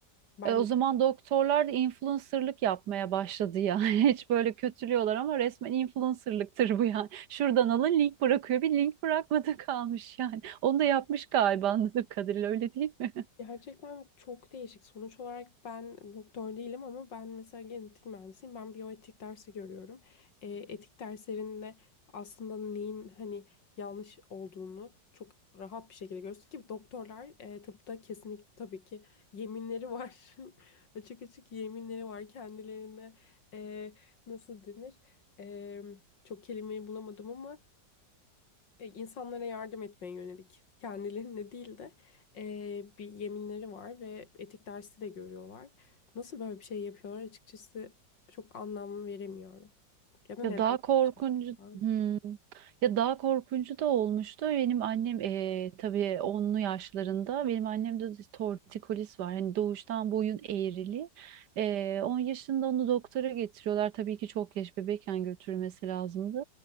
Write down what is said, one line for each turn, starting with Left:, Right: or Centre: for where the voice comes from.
Left: Ben
Right: E, o
Left: de
Right: zaman doktorlar da influencerlık yapmaya başladı ya. <laughs> Hiç böyle kötülüyorlar ama resmen influencerlıktır bu yani. Şuradan alın link bırakıyor. Bir link bırakmadı <laughs> kalmış yani. Onu da yapmış galiba anladığım kadarıyla öyle değil mi?
Left: Gerçekten çok değişik. Sonuç olarak ben doktor değilim ama ben mesela genetik mühendisiyim. Ben biyoetik dersi görüyorum. E, etik derslerinde aslında neyin hani yanlış olduğunu çok rahat bir şekilde görüyorsun ki doktorlar e, tıpta kesinlikle tabii ki yeminleri var. <laughs> Açık açık yeminleri var kendilerine. E, nasıl denir? E, çok kelimeyi bulamadım ama e, insanlara yardım etmeye yönelik kendilerine değil de e, bir yeminleri var ve etik dersi de görüyorlar. Nasıl böyle bir şey yapıyorlar açıkçası çok anlam veremiyorum. Ya da neden
Right: Ya daha
Left: böyle
Right: korkuncu
Left: bir şey yapıyorlar?
Right: Hmm. Ya daha korkuncu da olmuştu. Benim annem eee tabii onlu yaşlarında benim annemde de tortikolis var. Hani doğuştan boyun eğrili. Eee 10 yaşında onu doktora getiriyorlar. Tabii ki çok yaş bebekken götürülmesi lazımdı.